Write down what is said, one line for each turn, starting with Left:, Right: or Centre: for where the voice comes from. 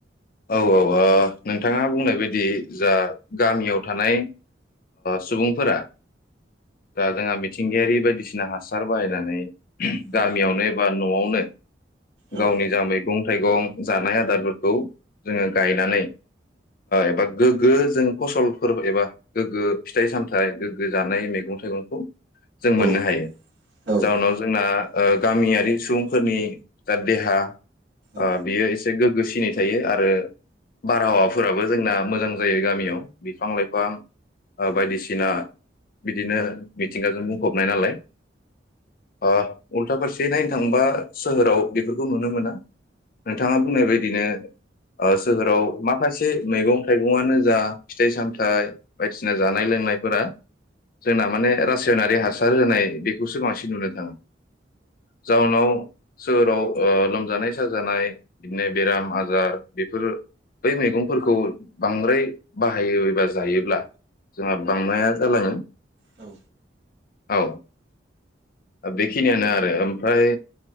Left: औ औ नोंथाङा बुंनाय बायदि जा गामियाव थानाय सुबुंफोरा दा जोङा मिथिंगायारि बायदिसिना हासार बाहायनानै
Right: औ
Left: गामियावनो बा नआवनो
Right: औ
Left: गावनि जा मैगं थाइगं जानाय आदारफोरखौ जोङो गायनानै एबा गोग्गो जों फसलफोर एबा गोग्गो फिथाइ सामथाइ गोग्गो जानाय मैगं थाइगंखौ जों
Right: औ
Left: मोननो हायो
Right: औ
Left: जाहोनाव जोंना गामियारि सुबुंफोरनि जा देहा
Right: औ
Left: ओ बियो इसे गोग्गो सिनायाव थायो आरो आरो बारहावाफोराबो जोंना मोजां जायो गामियाव बिफां लाइफां ओ बायदिसिना बिदिनो मिथिंगाजों बुंफबनाय नालाय ओ उल्था फारसे नायनो थांबा सोहोराव बेफोरखौ नुनो मोना नोंथाङा बुंनाय बायदिनो ओ सोहोराव माखासे से मैगं थाइगंनो जा फिथाइ सामथायाइ बायदिसिना जानाय लोंनायफोरा जोंना माने नारि हासार होनाय बेखौसो बांसिन नुनो थाङो जाउनाव सोहोराव ओ लोमजानाय साजानाय बिदिनो बेराम आजार बेफोर बै मैगंफोरखौ बांद्राय बाहायोबा जायोब्ला जोंहा <unintelligible> जालाङो
Right: औ
Left: औ बेखिनियानो आरो ओमफ्राय